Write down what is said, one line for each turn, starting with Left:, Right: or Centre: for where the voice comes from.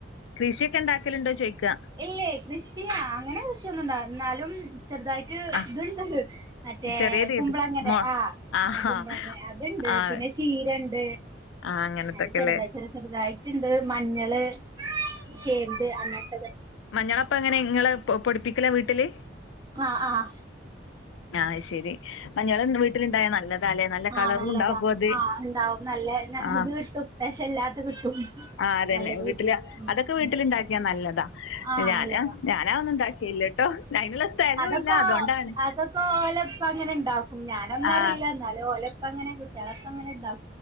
Left: കൃഷിയൊക്കെ ഇണ്ടാക്കലുണ്ടോ ചോയ്ക്ക
Right: ഇല്ലേ കൃഷി ആങ്ങനെ കൃഷിയൊന്നും ഇണ്ടാ ഇന്നാലും ചെറുതായിട്ട്
Left: ആഹ്
Right: ഇത്ണ്ട് മറ്റേ
Left: ചെറിയ രീതി
Right: കുമ്പളങ്ങനെ
Left: മോ
Right: ആഹ്
Left: ആഹാ
Right: ആ കുമ്പളങ്ങ
Left: ആഹ്
Right: അത്ണ്ട്
Left: ആഹ്
Right: പിന്നെ ചീരണ്ട്
Left: ആഹ് അങ്ങനത്തൊക്കെല്ലേ
Right: അത് ചെറുതായി ചെറു ചെറുതായിട്ടുണ്ട് മഞ്ഞള് ചേമ്പ് അങ്ങനതൊക്കെ
Left: മഞ്ഞളപ്പങ്ങനെ ഇങ്ങള് പൊടിപ്പിക്കല വീട്ടില്
Right: ആഹ് ആഹ്
Left: ആഹ് ശെരി മഞ്ഞൾ വീട്ടിലുണ്ടായാ നല്ല
Right: ആഹ്
Left: കളറും
Right: നല്ലതാ
Left: ഉണ്ടാകും അത്
Right: ആണ്ടാവും നല്ല
Left: ആഹ്
Right: ഇത് കിട്ടും വെക്ഷെല്ലാ കിട്ടും
Left: ആഹ് അതന്നെ
Right: നല്ലത്
Left: വീട്ടില്
Right: കിട്ടും ഉം
Left: അതൊക്കെ വീട്ടിലുണ്ടാക്കിയാ
Right: ഉം
Left: നല്ലതാ
Right: ആഹ്
Left: ഞാന്
Right: നല്ലതാ
Left: ഞാനതൊന്നും ഉണ്ടാക്കിയില്ലട്ടോ അയിനുള്ള സ്ഥലവും
Right: അതൊക്കോ
Left: ഇല്ല അതുകൊണ്ടാണ്
Right: അതൊക്കോലപ്പ അങ്ങനെ ഇണ്ടാ ഞാനൊന്നറീല്ല
Left: ആഹ്
Right: എന്നാലോലപ്പങ്ങെനെ കുട്ടേള ഇപ്പ അങ്ങനെ ഇണ്ടാ